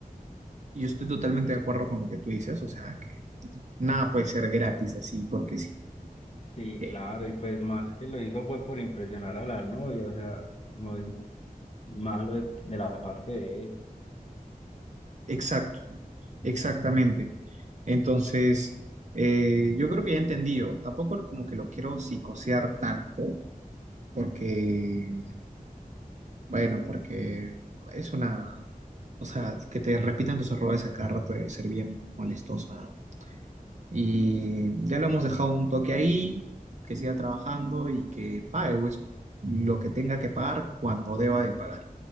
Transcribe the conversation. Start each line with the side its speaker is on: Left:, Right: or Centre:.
Right: Yo estoy totalmente de acuerdo con lo que tú dices, o sea, que nada puede ser gratis así, porque sí.
Left: Sí,
Right: Eh,
Left: claro, y pues más que lo hizo fue por impresionar a la novia, o sea, muy malo de, de la parte de él.
Right: exacto, exactamente. Entonces, eh, yo creo que ya he entendido. Tampoco como que lo quiero psicosear tanto, porque, bueno, porque es una, o sea, que te repitan tus errores a cada rato de ser bien molestosa Y ya lo hemos dejado un toque ahí, que siga trabajando y que pague pues, lo que tenga que pagar cuando deba de pagar.